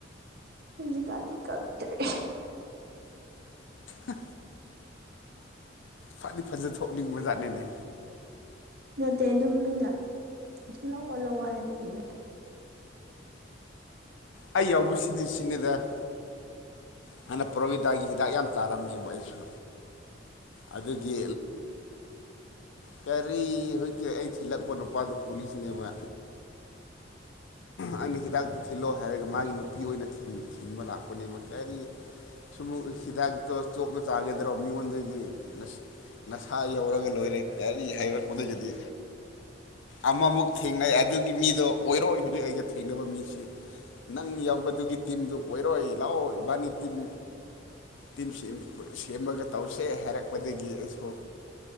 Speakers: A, on the right; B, on the left.
A: ꯍꯨꯖꯤꯛꯀꯥꯟꯗꯤ ꯀꯛꯇꯔꯦ
B: ꯍꯥ ꯐꯗꯤ ꯐꯖ ꯊꯣꯛꯅꯤꯡꯕ ꯖꯥꯠꯅꯤꯅꯦ
A: ꯅꯠꯇꯦ ꯑꯗꯨꯝ ꯃꯤꯅ ꯂꯧꯑꯣ ꯂꯧꯑꯣ ꯍꯥꯏꯕꯒꯤ ꯀꯣ
B: ꯑꯩ ꯌꯥꯎꯕ ꯁꯤꯗꯤ ꯁꯤꯅꯤꯗ ꯍꯥꯅ ꯄ꯭ꯔꯣꯕꯤꯗꯥꯒꯤ ꯍꯤꯗꯥꯛ ꯌꯥꯝ ꯆꯥꯔꯝꯃꯦꯕ ꯑꯩꯁꯨ ꯑꯗꯨꯒꯤ ꯀꯔꯤ ꯍꯖꯤꯛꯀꯤ ꯑꯩ ꯊꯤꯜꯂꯛꯄ ꯅꯨꯄꯥꯗꯨ ꯄꯨꯂꯤꯁꯅꯦꯕ ꯑꯩꯅ ꯍꯤꯗꯥꯛꯇꯨ ꯊꯤꯜꯂꯣ ꯍꯥꯏꯔꯒ ꯃꯥꯒꯤ ꯅꯨꯄꯤ ꯑꯣꯏꯅ ꯊꯤꯟ ꯊꯤꯟꯕ ꯂꯥꯛꯄꯅꯦꯕ ꯀꯔꯤ ꯁꯨꯝꯃꯨ ꯍꯤꯗꯥꯛꯇꯣ ꯆꯣꯞꯅ ꯆꯥꯒꯗ꯭ꯔꯣ ꯃꯤꯉꯣꯟꯗꯒꯤ ꯅꯁ__ ꯅꯁꯥ ꯌꯧꯔꯒ ꯂꯣꯏꯔꯦ ꯀꯔꯤ ꯍꯥꯏꯔꯛꯄꯗꯒꯤꯗꯤ ꯑꯃꯃꯨꯛ ꯊꯦꯡꯅꯩ ꯑꯗꯨꯒꯤ ꯃꯤꯗꯣ ꯑꯣꯏꯔꯣꯏ ꯍꯧꯖꯤꯛ ꯑꯩꯒ ꯊꯦꯡꯅꯕ ꯃꯤꯁꯤ ꯅꯪ ꯌꯥꯎꯕꯗꯨꯒꯤ ꯇꯤꯝꯗꯨ ꯑꯣꯏꯔꯣꯏ ꯂꯥꯛꯑꯣ ꯏꯕꯥꯅꯤ ꯇꯤꯝ__ ꯇꯤꯝꯁꯦꯝꯄ ꯁꯦꯝꯃꯒ ꯇꯧꯁꯦ ꯍꯥꯏꯔꯛꯄꯗꯒꯤ ꯑꯩꯁꯨ